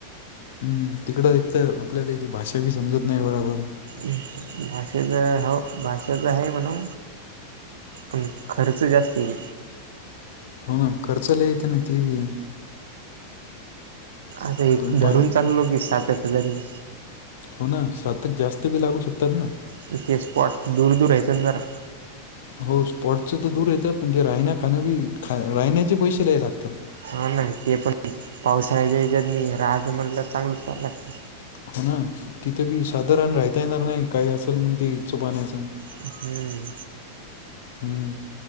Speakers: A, on the left; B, on the right.
A: हम्म तिकडं एक तर आपल्याला ती भाषा बी समजत नाही बराबर
B: हं भाषाचं हाव भाषाचे आहे म्हणू हम्म खर्च जास्तय
A: हो ना खर्च‌ लय येते ना ते बी ए
B: आता हे
A: पण
B: धरुन
A: पाणी
B: चाललो की सात आठ हजार येई
A: हो ना सात एक जास्त बी लागू शकतात ना?
B: तिथे स्पॉट दूर दूर हातना जरा
A: हो स्पॉटच तर दूर येतं पण ते राहिणं खाण्यानी खा राहण्याचे पैसे लय लागतात.
B: हा ना ते पण पावसाळ्याच्या हेच्यातनी राह्याच म्हणलं चांगलंच पहायला लागत
A: हो ना तिथं बी साधारण राहता येणार नाही काय असल मंग ते <unintelligible> पाण्याचं
B: हम्म
A: हम्म